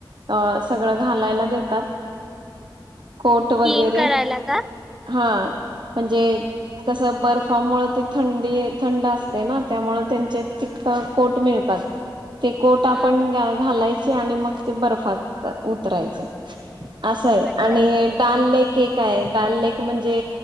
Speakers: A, on the right; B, in the centre.
A: अ सगळं घालायला देतात कोट
B: स्कीइंग
A: वगैरे,
B: करायला का
A: हा. म्हणजे कसं बर्फामुळं ते थंडी थंड असतंय ना. त्यामुळं त्यांचे चीट कोट मिळतात. ते कोट आपण
B: हा
A: घालायचं आणि मग ते बर्फात उतरायचं. असं आहे
B: अच्छा
A: आणि डाल लेक लेक हाय डाल लेक म्हणजे